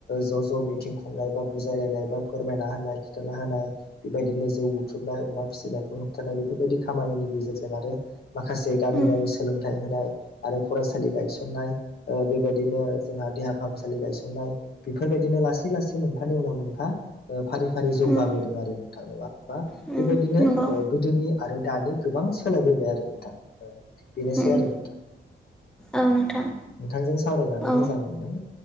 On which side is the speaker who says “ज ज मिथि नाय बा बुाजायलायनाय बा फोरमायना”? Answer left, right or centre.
Left